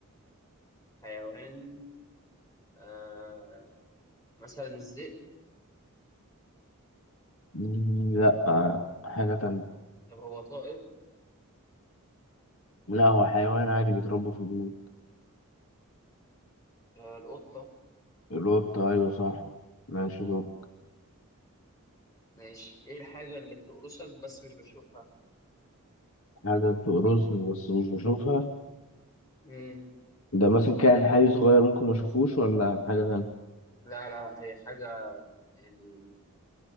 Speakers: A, on the left; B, on the left.
A: حيوان آه مثلا الذئب
B: مم، لا آه، حاجة تانية
A: طب هو طائر
B: لا هو حيوان عادي بيتربى في البيوت
A: آه القطة
B: القط أيوه صح ماشي دور
A: ماشي ايه الحاجة اللي بتقرصك بس مش بتشوفها
B: حاجة بتقرصني بس مش بشوفها
A: مم.
B: ده مثلا كائن حي صغير ممكن ما اشوفوش ولا حاجة تانية
A: لا لا هي حاجة يعني